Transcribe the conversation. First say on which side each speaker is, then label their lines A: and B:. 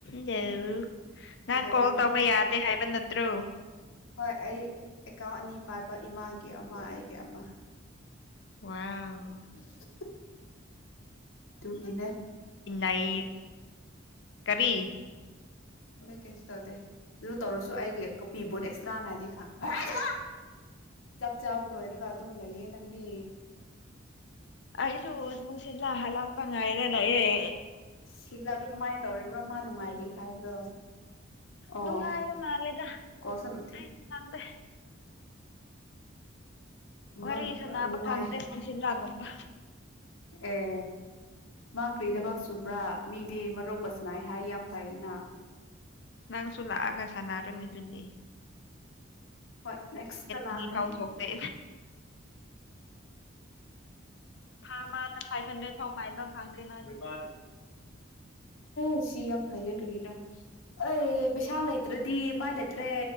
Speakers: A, on the left; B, on the left.
A: ꯗꯣ ꯅꯍꯥꯟ
B: ꯀꯩꯗꯧꯔꯤꯅꯣ
A: ꯀꯣꯜ ꯇꯧꯕ ꯌꯥꯗꯦ ꯍꯥꯏꯕ ꯅꯠl ꯇ꯭ꯔꯣ
B: ꯍꯣꯏ ꯑꯩ ꯑꯦꯀꯥꯎꯟ ꯑꯅꯤ ꯄꯥꯏꯕ ꯏꯃꯥꯒꯤ ꯑꯃ ꯑꯩꯒꯤ ꯑꯃ
A: ꯋꯥꯎ
B: <unintelligible> ꯇꯨꯒꯤꯅꯦ
A: ꯏ <unintelligible> ꯀꯔꯤ
B: ꯑꯗꯨ ꯀꯩꯁꯨ ꯇꯧꯗꯦ ꯑꯗꯨ ꯇꯧꯔꯁꯨ ꯑꯩꯒꯤ ꯀꯣꯄꯤ ꯕꯨꯠ ꯑꯦꯛꯁꯇ꯭ꯔꯥꯅ ꯍꯥꯏꯗꯤ <unintelligible> ꯈ <unintelligible> ꯆꯥꯛ ꯆꯥꯕ ꯂꯣꯏꯔꯒ ꯑꯗꯨꯝ ꯂꯩꯌꯦ ꯅꯪꯗꯤ
A: ꯑꯩꯁꯨ ꯅꯨꯡꯁꯤꯠꯂꯥꯛ ꯍꯜꯂꯛꯄ ꯉꯥꯏꯔ ꯂꯩꯌꯦ
B: ꯁꯤꯜꯂꯥꯛꯇꯣ ꯀꯃꯥꯏ ꯇꯧꯔꯤꯕ꯭ꯔꯣ ꯃꯥ ꯅꯨꯡꯉꯥꯏꯔꯤ ꯍꯥꯏꯕ꯭ꯔꯣ ꯑꯣ
A: ꯅꯨꯡꯉꯥꯏꯕ ꯃꯥꯜꯂꯦꯗ
B: ꯀꯣꯁꯥ ꯅꯣꯊꯦ
A: ꯑꯩ ꯈꯪꯗꯦ
B: ꯎ <unintelligible>
A: ꯋꯥꯔꯤ
B: ꯃꯪ
A: ꯁꯥꯟꯅꯕ
B: ꯅꯨꯡꯉꯥꯏ
A: ꯐꯪꯗꯦ ꯅꯨꯡꯁꯤꯠꯂꯒꯨꯝꯕ
B: ꯑꯦ ꯃꯥ ꯀ꯭ꯔꯤ ꯊꯕꯥꯛꯁꯨ ꯕ꯭ꯔꯥ ꯃꯤꯗꯤ ꯃꯔꯨꯞꯀ ꯁꯅꯥꯏ ꯍꯥꯏ ꯌꯥꯝ ꯐꯩꯅ
A: ꯅꯪꯁꯨ ꯂꯥꯛꯑꯒ ꯁꯥꯟꯅꯔꯅꯤ ꯗꯨꯗꯤ
B: ꯍꯣꯏ ꯅꯦꯛꯁꯇ ꯂꯥꯛꯀꯅꯤ
A: ꯑꯅꯤ ꯐꯥꯎ ꯊꯣꯛꯇꯦ ꯊꯥ ꯑꯃꯗ ꯐꯥꯏꯚ ꯍꯟꯗ꯭ꯔꯦꯠ ꯐꯥꯎ ꯄꯥꯏꯕ ꯐꯪꯗꯦ ꯃꯥꯗꯤ
B: ꯕꯥꯅꯤ <unintelligible> ꯁꯤ ꯌꯥꯝ ꯐꯩꯌꯦ ꯀꯔꯤꯔꯥ ꯑꯩ ꯄꯩꯁꯥ ꯂꯩꯇ꯭ꯔꯗꯤ ꯄꯥꯏ ꯂꯩꯇ꯭ꯔꯦ